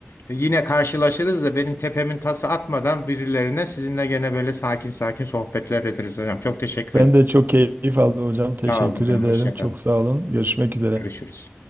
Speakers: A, on the left (about 75°); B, on the right (about 45°).
A: yine karşılaşırız da benim tepemin tası atmadan birilerine sizinle gene böyle sakin sakin sohbetler ederiz hocam. Çok teşekkür
B: Ben
A: ederim.
B: de çok keyif aldım hocam. Teşekkür
A: Sağ olun hocam.
B: ederim.
A: Hoşça
B: Çok
A: kalın.
B: sağ olun. Görüşmek üzere.
A: Görüşürüz.